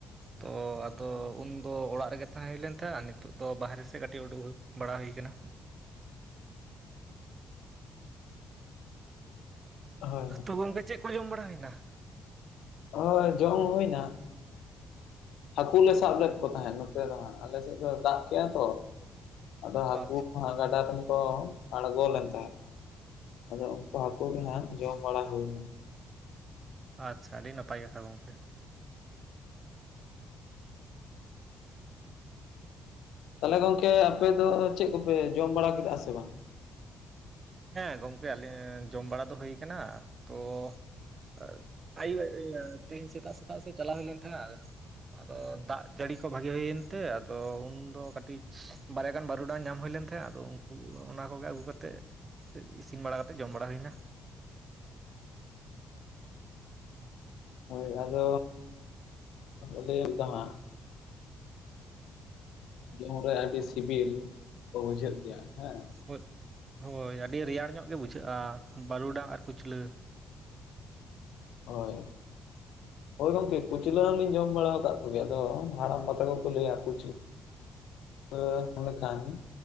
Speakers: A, on the right; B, on the left.
A: ᱛᱚ ᱟᱫᱚ ᱩᱱᱫᱚ ᱚᱲᱟᱜ ᱨᱮᱜᱮ ᱛᱟᱦᱮᱸ ᱦᱩᱭᱞᱱ ᱛᱟᱦᱮᱸᱫᱼᱟ ᱱᱤᱛᱳᱜ ᱫᱚ ᱵᱟᱦᱨᱮ ᱥᱮᱫ ᱠᱟᱹᱴᱤᱡ ᱩᱰᱩᱠ ᱦᱳᱭ ᱵᱟᱲᱟ ᱦᱩᱭ ᱠᱟᱱᱟ
B: ᱦᱳᱭ <inaudible>
A: ᱛᱚ ᱜᱚᱝᱠᱮ ᱪᱮᱫ ᱠᱚ ᱡᱚᱢ ᱵᱟᱲᱟ ᱦᱩᱭᱱᱟ?
B: ᱦᱳ ᱡᱚᱢ ᱦᱩᱭᱱᱟ ᱦᱟᱹᱠᱩ ᱞᱮ ᱥᱟᱵ ᱞᱮᱫ ᱠᱚ ᱛᱟᱦᱮᱸᱫ ᱱᱚᱛᱮ ᱫᱚ ᱦᱟᱸᱜ ᱟᱞᱮ ᱥᱮᱫ ᱫᱚ ᱫᱟᱜ ᱠᱮᱜᱼᱟ ᱛᱚ ᱟᱫᱚ ᱦᱟᱹᱠᱩ
A: ᱟᱪᱪᱷᱟ
B: ᱜᱟᱰᱟ ᱨᱮᱱ ᱠᱚ ᱟᱬᱜᱚ ᱞᱮᱱ ᱛᱟᱦᱮᱸᱫ ᱟᱫᱚ ᱩᱱᱠᱩ ᱦᱟᱹᱠᱳ ᱜᱮ ᱦᱟᱸᱜ ᱡᱚᱢ ᱵᱟᱲᱟ ᱦᱩᱭᱱᱟ
A: ᱟᱪᱪᱷᱟ ᱟᱹᱰᱤ ᱱᱟᱯᱟᱭ ᱠᱟᱛᱷᱟ ᱜᱚᱝᱠᱮ
B: ᱛᱟᱦᱞᱮ ᱜᱚᱝᱠᱮ ᱟᱯᱮ ᱫᱚ ᱪᱮᱫ ᱠᱚᱯᱮ ᱡᱚᱢ ᱵᱟᱲᱟ ᱠᱮᱫᱟ ᱥᱮ ᱵᱟᱝ
A: ᱦᱮᱸ ᱜᱚᱢᱠᱮ ᱟᱞᱤᱧ ᱡᱚᱢ ᱵᱟᱲᱟ ᱫᱚ ᱦᱳᱭ ᱠᱟᱱᱟ ᱛᱚ <unintelligible> ᱛᱮᱦᱮᱧ ᱥᱮᱛᱟᱜ ᱥᱮᱛᱟᱜ ᱥᱮᱫ ᱪᱟᱞᱟᱣ ᱦᱩᱭ ᱞᱮᱱ ᱛᱟᱦᱮᱜᱟ ᱟᱫᱚ ᱫᱟᱜ ᱡᱟᱹᱲᱤ ᱠᱚ ᱵᱷᱟᱜᱤ ᱦᱳᱭᱮᱱ ᱛᱮ ᱟᱫᱚ ᱩᱱᱫᱚ ᱠᱟᱹᱴᱤᱡ ᱵᱟᱨᱭᱟ ᱜᱟᱱ ᱵᱟᱨᱩᱰᱟᱝ ᱧᱟᱢ ᱦᱩᱭ ᱞᱮᱱ ᱛᱟᱦᱮᱸᱫ ᱟᱫᱚ ᱩᱱᱠᱩ ᱚᱱᱟ ᱠᱚᱜᱮ ᱟᱹᱜᱩ ᱠᱟᱛᱮᱫ ᱤᱥᱤᱱ ᱵᱟᱲᱟ ᱠᱟᱛᱮᱫ ᱡᱚᱢ ᱵᱟᱲᱟ ᱦᱩᱭᱱᱟ
B: ᱦᱳᱭ ᱟᱫᱚ ᱞᱟᱹᱭᱟᱢ <unintelligible> ᱡᱚᱢ ᱨᱮ ᱟᱹᱰᱤ ᱥᱤᱵᱤᱞ ᱠᱚ ᱵᱩᱡᱷᱟᱹᱜ ᱜᱮᱭᱟ ᱦᱮᱸ
A: ᱦᱳᱭ ᱦᱳᱭ ᱟᱹᱰᱤ ᱨᱮᱭᱟᱲ ᱧᱚᱜ ᱜᱮ ᱵᱩᱡᱷᱟᱹᱜᱼᱟ ᱵᱟᱹᱨᱩᱰᱟᱝ ᱟᱨ ᱠᱩᱪᱞᱟᱹ
B: ᱦᱳᱭ ᱦᱳᱭ ᱜᱚᱝᱠᱮ ᱠᱩᱩᱪᱞᱟᱹ ᱦᱚᱸᱞᱤᱧ ᱡᱚᱢ ᱵᱟᱲᱟ ᱟᱠᱟᱫ ᱠᱚᱜᱮ ᱟᱫᱚ ᱦᱟᱲᱟᱢ ᱵᱟᱛᱟ ᱠᱚᱠᱚ ᱞᱟᱹᱭᱟ ᱠᱩᱪᱞᱼ <unintelligible> ᱞᱮᱠᱷᱟᱱ